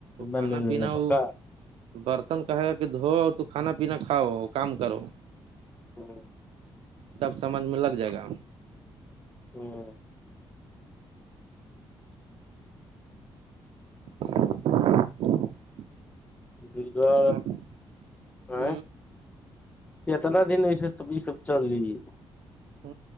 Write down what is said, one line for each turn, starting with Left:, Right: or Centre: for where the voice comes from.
Right: کھانا
Left: لے لینے
Right: پینا
Left: بکا
Right: ہو برتن کہے گا کہ دھوؤ تو کھانا پینا کھاؤ کام کرو
Left: ہوں
Right: سب سمجھ میں لگ جائے گا
Left: ہوں
Right: <unintelligible> <inaudible>
Left: گزا
Right: آپ
Left: آ <unintelligible>
Right: ہ
Left: اتنا دن ایسے سب یہ سب چل رہی ہے
Right: ہ